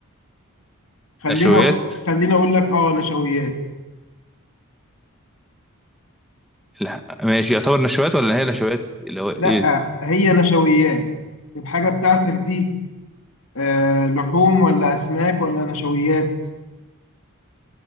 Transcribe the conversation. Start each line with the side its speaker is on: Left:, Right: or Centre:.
Left: خلينا
Centre: نشويات
Left: خلينا اقول لك اه نشويات
Centre: لا. ماشي يعتبر نشويات ولا هي نشويات اللي هو ايه
Left: لا
Centre: ده؟
Left: هي نشويات الحاجه بتاعتك دي آه لحوم ولا اسماك ولا نشويات